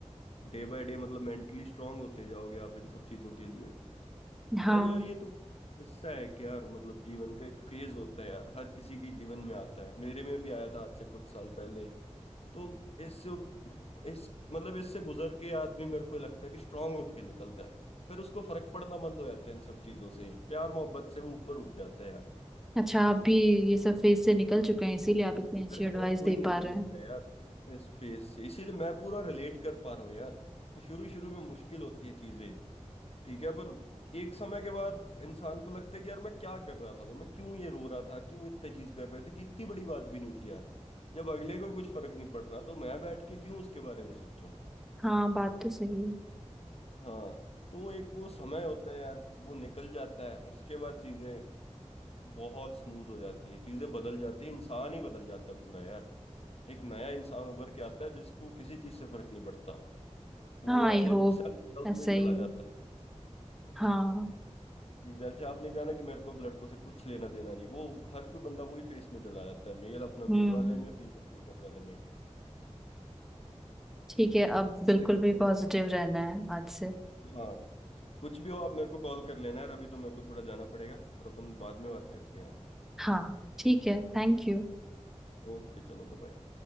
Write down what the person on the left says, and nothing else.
डे बाय डे मतलब मेंटली स्ट्रांग होते जाओगे आप इन सब चीज़ों के लिए
और यार ये तो हिस्सा है कि यार मतलब जीवन का एक फेज होता है यार हर किसी की जीवन में आता है मेरे में भी आया था आज से कुछ साल पहले तो इससे इस मतलब इससे गुजर के आदमी मेरे को लगता है कि स्ट्रांग होके निकलता है फिर उसको फर्क पड़ना बंद हो जाता है इन सब चीजों से प्यार मोहब्बत से वो ऊपर उठ जाता है यार
अरे
हर कोई
निकल
चुका
है यार इस फेज से इसीलिए मैं पूरा रिलेट कर पा रहा हूँ यार तो शुरू शुरू में मुश्किल होती है चीजें ठीक है पर एक समय के बाद इंसान को लगता है कि यार मैं क्या कर रहा था वो मैं क्यों ये रो रहा था क्यों इतनी चीज कर रहे थे कि इतनी बड़ी बात भी नहीं थी यार जब अगले को कुछ फर्क नहीं पड़ रहा तो मैं बैठ के क्यों उसके बारे में सोचूं
हाँ तो एक वो समय होता है यार वो निकल जाता है उसके बाद चीजें बहुत स्मूथ हो जाती हैं चीजें बदल जाती हैं इंसान ही बदल जाता है पूरा यार एक नया इंसान उभर के आता है जिसको किसी चीज से फर्क नहीं पड़ता वो
ऐसे
सेल्फ लव
में
चला
जाता
है जैसे आपने कहा ना कि मेरे को अब लड़कों से कुछ लेना देना नहीं वो हर कोई बंदा वही फेस में चला जाता है मेल अपना
मेल वाले में फीमेल फीमेल वाले में
तो इसलिए
यार बढ़िया
हाँ कुछ भी हो आप मेरे को कॉल कर लेना यार अभी तो मेरे को थोड़ा जाना पड़ेगा फिर अपन बाद में बात करते हैं यार
ओके चलो बाय